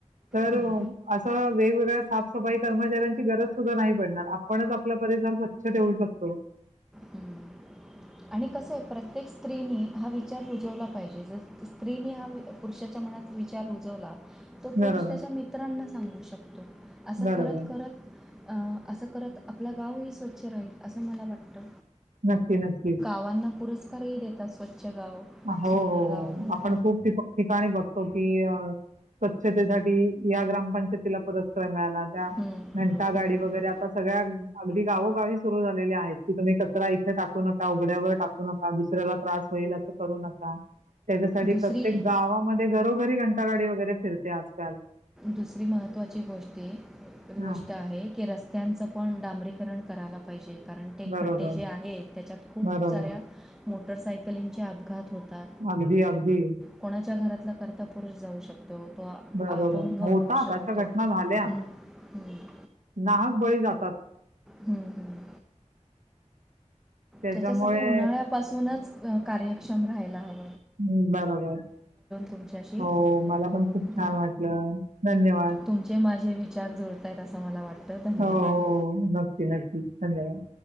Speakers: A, on the right; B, in the centre.
A: तर
B: हं,
A: असं वेगवेगळ्या साफसफाई कर्मचाऱ्यांची गरज सुद्धा नाही पडणार आपणच आपल्या परिसर स्वच्छ ठेवू शकतो
B: हं. आणि कसं आहे प्रत्येक स्त्रीनी हा विचार रुजवला पाहिजे ज स्त्रीनी हा पुरुषाच्या मनात विचार रुजवला तो पुरुष
A: बरोबर
B: त्याच्या मित्रांना सांगू शकतो असं
A: बरोबर
B: करत करत अ असं करत आपलं गावही स्वच्छ राहील असं मला वाटतं
A: नक्की- नक्कीच
B: भावांना पुरस्कारही देतात स्वच्छ गाव
A: हो
B: सुंदर
A: -हो- हो
B: गाव म्हणून
A: आपण खूप ठिकाणी बघतो कि अ स्वच्छतेसाठी या ग्रामपंचायतीला पुरस्कार मिळाला त्या
B: हम्म,
A: घंटा गाडी
B: हम्म.
A: वगैरे आता सगळ्या अगदी गावोगावी सुरू झालेली आहेत की तुम्ही कचरा इथे टाकू नका उघड्यावर टाकू नका दुसऱ्याला त्रास होईल असं करू नका त्याच्यासाठी
B: दुसरी
A: प्रत्येक गावामध्ये घरोघरी घंटागाडी वगैरे फिरते आजकाल
B: दुसरी महत्वाची गोष्टी
A: हां.
B: गोष्ट आहे क रस् रत्यांचं पण डांबरीकरण करायला पाहिजे कारण ते
A: बरोबर,
B: खड्डे जे आहेत त्याच्यात खूप
A: बरोबर.
B: साऱ्या मोटरसायकलींचे अपघात होते
A: अगदी, अगदी.
B: कोणाच्या घरातला करता पुरुष जाऊ शकतो तो
A: बरोबर.
B: अपंग
A: होतात
B: होऊ शकतो
A: अशा घटना झाल्या
B: हं, हं,
A: <inaudible> नाहक बळी जातात
B: हम्म- हम्म
A: त्याच्यामुळे
B: त्याच्यासाठी उन्हाळ्यापासूनच कार्यक्षम राहायला हवा
A: ह् बरोबर
B: तुमच्याशी
A: हो मला पण खूप
B: हं.
A: छान वाटलं धन्यवाद
B: तुमचे माझे विचार जुळतात असं मला वाटतं धन्यवाद
A: हो -हो नक्की- नक्की धन्यवाद